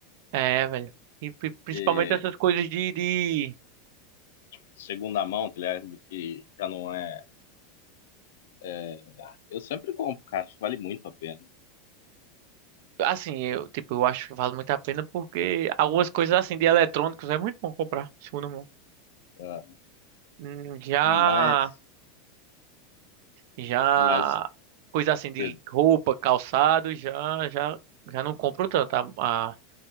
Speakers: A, on the right; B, on the left.
A: É, velho. E pri- principalmente
B: E,
A: essas coisas de, de...
B: segunda mão, tá ligado? Que já não é. é, Eu sempre compro, cara, acho que vale muito a pena.
A: Assim, eu, tipo, eu acho que vale muito a pena porque algumas coisas assim de eletrônicos é muito bom comprar, segundo mão.
B: Ah,
A: Hum, Já,
B: Mas,
A: já,
B: mas,
A: coisa assim de
B: per-
A: roupa, calçado, já, já, já não compro tanto. A,